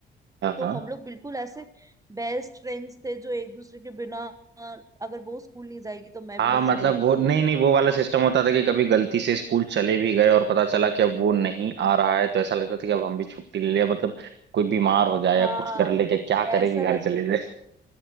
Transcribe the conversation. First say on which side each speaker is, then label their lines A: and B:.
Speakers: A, on the right (about 60°); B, on the right (about 15°).
A: हाँ
B: तो
A: हाँ
B: हम लोग बिल्कुल ऐसे बेस्ट फ्रेंड्स थे जो एक दूसरे के बिना अगर वो स्कूल नहीं जाएगी तो मैं
A: हाँ
B: भी नहीं
A: मतलब
B: जाऊंगी
A: वो नहीं नहीं वो वाला सिस्टम होता था कि कभी गलती से स्कूल चले भी गए और पता चला कि अब वो नहीं आ रहा है तो ऐसा लगता था कि अब हम भी छुट्टी ले लिया मतलब कोई बीमार हो जाए
B: हाँ
A: या कुछ कर ले कि क्या करे
B: ऐसा
A: कि घर
B: लग
A: चले जाए